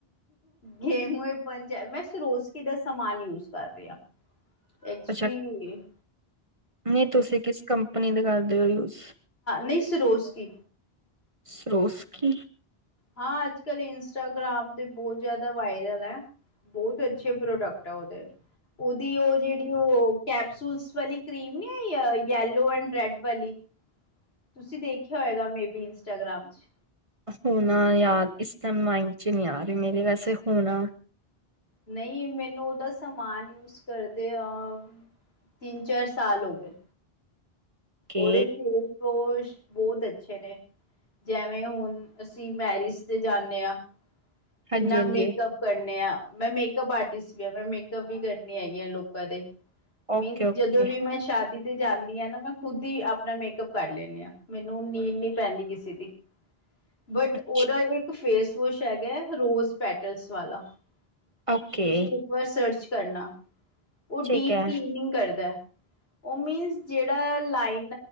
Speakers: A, on the left; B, on the right.
A: ਗੇਹੂ ਪੰਜ ਮੈਂ ਸਰੋਸਕੀ ਦਾ ਸਮਾਨ ਯੂਜ ਕਰ ਰਿ ਹਾ। ਐਕਚਲੀ
B: ਅੱਛਾ ਨਹੀਂ ਤੁਸੀਂ ਕਿਸ ਕੰਪਨੀ ਦਾ ਕਰਦੇ ਹੋ ਯੂਜ?
A: ਨਈ ਸਿਰੋਸਕੀ,
B: ਸਿਰੋਸਕੀ
A: ਹਾਂ, ਅੱਜ ਕੱਲ੍ਹ ਇੰਸਟਾਗ੍ਰਾਮ ਤੇ ਬਹੁਤ ਜ਼ਿਆਦਾ ਵਾਇਰਲ ਐ। ਬੋਤ ਅੱਛੇ ਪ੍ਰੋਡਕਟ ਆ ਉਹਦੇ, ਉਹਦੀ ਉਹ ਜਿਹੜੀ ਉਹ ਕੈਪਸੂਲਸ ਵਾਲੀ ਕਰੀਮ ਨੀ ਆਈ ਯਲੋ ਐਂਡ ਰੈਡ ਵਾਲੀ। ਤੁਸੀਂ ਦੇਖਿਆ ਹੋਏਗਾ, ਮੇਬੀ ਇੰਸਟਾਗ੍ਰਾਮ ਚ।
B: ਹੋਣਾ ਯਾਦ ਇਸ ਟੈਮ ਮਾਈਡ ਚ ਨਹੀਂ ਆ ਰਹੇ ਮੇਰੇ ਵੈਸੇ ਹੋਣਾ।
A: ਨਹੀਂ ਮੈਨੂੰ ਉਹਦਾ ਸਮਾਨ ਯੂਜ ਕਰਦੇ ਆ ਤਿੰਨ ਚਾਰ ਸਾਲ ਹੋ ਗਏ।
B: ਕੇ
A: ਉਰੇ ਫੇਸ ਵੋਸ਼, ਬਹੁਤ ਅੱਛੇ ਨੇ ਜੈਵੇਂ ਹੁਣ ਅਸੀਂ ਮੈਰਿਜ ਤੇ ਜਾਂਨੇ ਹਾਂ। ਕਿੰਨਾ
B: ਹਾਂਜੀ ਹਾਂਜੀ
A: ਮੇਕਅੱਪ ਕਰਨੇ ਆ। ਮੈਂ ਮੇਕਅਪ ਆਰਟਿਸਟ ਵੀ ਆ ਮੈਂ ਮੇਕਅਪ ਵੀ ਕਰਨੀ ਹੈਗੀ ਆ ਲੋਕਾਂ ਦੇ।
B: ਓਕੇ
A: ਮਿੱਨਸ
B: ਓਕੇ
A: ਜਦੋਂ ਵੀ ਮੈਂ ਸ਼ਾਦੀ ਜਾਂਨੀ ਆ ਨਾ ਮੈਂ ਖੁਦ ਹੀ ਆਪਣਾ ਮੇਕਅਪ ਕਰ ਲੈਂਨੀ ਹਾਂ ਮੈਨੂੰ ਨੀਂਡ ਨੀ ਪੈਂਦੀ ਕਿਸੇ ਦੀ।
B: <unintelligible>
A: ਬਟ
B: ਅੱਛਾ
A: ਉਹਦਾ ਇੱਕ ਫੇਸ ਵੋਸ਼ ਹੈਗਾ ਹੈ ਰੋਜ਼ ਪੈਟਲਸ ਵਾਲਾ। ਤੁਸੀਂ
B: ਓਕੇ
A: ਇੱਕ ਵਾਰ ਸਰਚ ਕਰਨਾ ਉਹ
B: ਠੀਕ
A: ਡੀਪ
B: ਹੈ
A: ਕਲੀਨਿੰਗ ਕਰਦਾ। ਉਹ ਮੀਨਸ ਜਿਹੜਾ ਲਾਈਨ